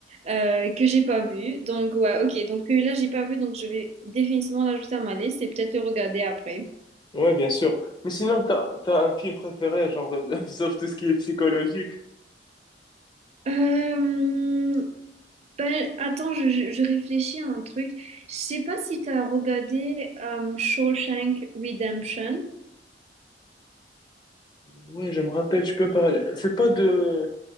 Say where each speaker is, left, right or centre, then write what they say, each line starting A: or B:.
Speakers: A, on the right (about 40°); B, on the left (about 25°).
A: euh, que j'ai pas vu. Donc, ouais, ok. Donc, euh, là, j'ai pas vu. Donc, je vais définitivement l'ajouter à ma liste et peut-être le regarder après.
B: Ouais, bien sûr. Mais sinon, t'as, t'as un film préféré, genre, <laughs> sauf tout ce qui est psychologique.
A: Euh, ben, attends, je, je- je réfléchis à un truc. Je sais pas si tu as regardé euh, Shawshank Redemption.
B: Ouais, je me rappelle, tu peux me parler. C'est pas de,